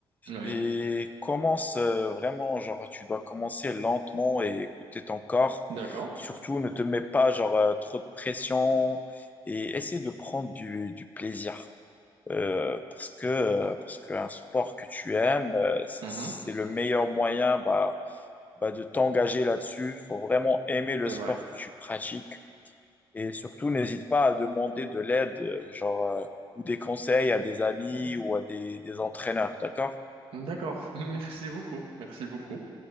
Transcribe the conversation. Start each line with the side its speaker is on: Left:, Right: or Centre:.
Right: Oui,
Left: et commence euh, vraiment, genre tu dois commencer lentement et écouter ton corps.
Right: d'accord.
Left: Surtout, ne te mets pas genre euh, trop de pression et essaie de prendre du, du plaisir. Euh, parce que euh, parce qu'un sport que tu aimes, euh, ça,
Right: Mhm,
Left: c'est le meilleur moyen bah, bah, de t'engager là-dessus. Il faut vraiment aimer le
Right: c'est
Left: sport
Right: vrai.
Left: que tu pratiques. Et surtout, n'hésite pas à demander de l'aide, euh, genre, euh, ou des conseils à des amis ou à des, des entraîneurs, d'accord?
Right: D'accord. <laughs> Merci beaucoup. Merci beaucoup.